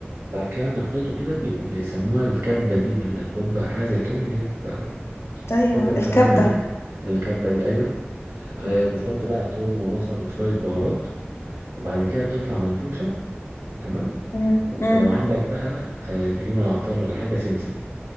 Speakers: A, on the right; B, on the left.
A: بعد كده نخلطه كده بي- بيسموها الكبة دي ولا الكبة حاجة زي كده اللي هي بت-
B: ايوه
A: بتفضل تعملها
B: الكبة
A: دي الكبة دي ايوه آه
B: مم.
A: بتحط بقى توم وبصل وشوية بهارات وبعد كده بتطلع منفوشة تمام
B: مم.
A: و-
B: مم.
A: ولو عندك بقى آه تجيب من العطار ولا حاجة سمسم